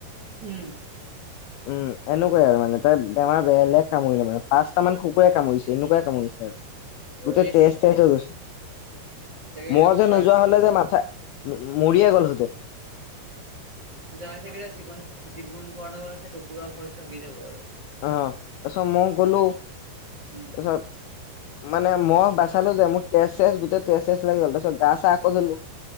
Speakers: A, on the right; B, on the left.
A: উম।
B: উম, এনেকুৱাই আৰু মানে তাক বেমাৰ বেলেগ কামুৰিলে মানে, পাঁচটা মান কুকুৰে কামুৰিছে এনেকুৱাই কামুৰিছে আৰ।
A: হাই
B: গোটেই
A: ছেকেণ্ডাৰী
B: তেজ তেজ হৈ গৈছে, মই
A: একদম
B: যে
A: পুৰা
B: নোযোৱা
A: জীৱন
B: হ'লে যে মাথা নো মৰিয়ে গ'ল সতে।
A: জীয়াই থাকিলে জীৱন, জীৱন ভৰ <unintelligible> কুকুৰৰ ভয় থাকি যাব আৰু।
B: অ তাছত মই গ'লো
A: উম
B: তাছত মানে মই বাচালো যে, মোৰ তেজ চেছ গোট তেজ চেছ লাগি গ'ল তাছত গা চা আকৌ ধুলো।